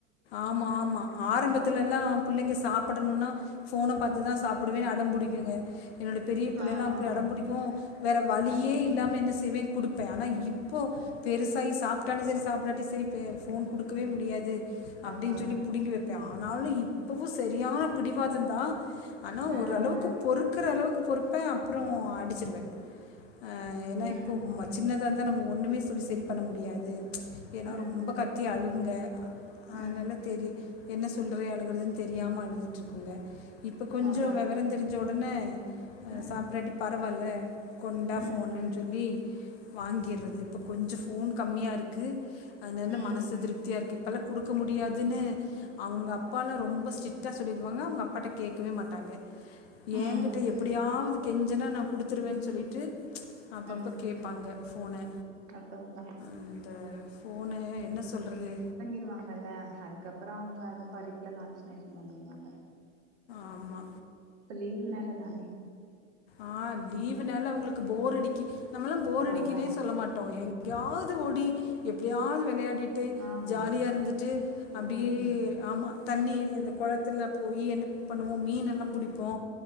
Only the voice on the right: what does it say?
ஆ
ஆ
ம்
அதா அதா
ஆ
ஆ
ம்
ம்
ம்
ம்
அதா
ம்
ம்
ம்
ம்
ம்
அதா அதா
வாருவங்கல்ல அதுக்கப்புற அவங்க அந்த படிப்புல கான்சன்ட்ரேஷன் பண்ணிடுவாங்க
லீவுனால தானே
அதா
ஆமா
ம்